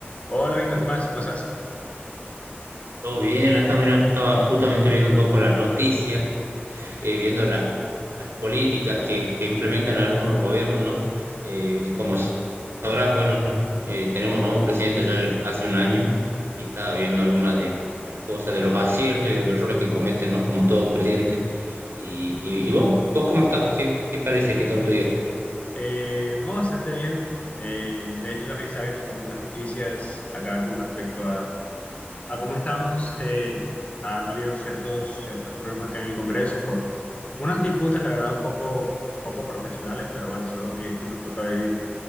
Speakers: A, on the left; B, on the right.
A: Hola Víctor, ¿qué más? ¿Cómo estás?
B: Todo bien, acá mira, estaba justamente viendo un poco las noticias, eh, viendo la- las políticas que, que implementan algunos gobiernos, ¿no? Eh, como sabrás, bueno, eh, tenemos nuevo presidente ya hace un año y estaba viendo algunas de las cosas, de los aciertos y de los errores que cometen, ¿no? Como todo presidente. ¿Y, y- y vos, vos cómo estás? ¿Qué, qué parece? ¿Qué tal tu día?
A: Eh, no, bastante bien. Eh, de hecho, también estaba viendo como unas noticias acá con respecto a, a cómo estamos. Eh, han habido ciertos, ciertos problemas acá en el Congreso por unas disputas, la verdad, un poco, poco profesionales, pero bueno, eso es lo que <laughs> nos toca vivir.